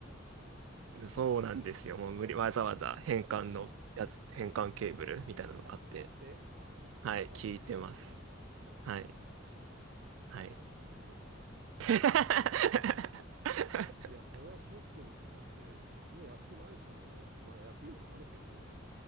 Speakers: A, on the right (about 55°); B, on the right (about 70°).
A: ん
B: そうなんですよ。もう無理、わざわざ変換のやつ、
A: な。ええ
B: 変換ケーブルみたいなの買って、
A: あ、買ってあ、まあ、そしたらさすがにね、
B: はい、聞いてます。
A: 確かになくさないからね。
B: はい、はい。
A: あ面白
B: <laughs>
A: そうだったんですね。いや、それはショックですね。だって、そんな安くないですもんね、イヤホン。まあ、安いのもあるけど、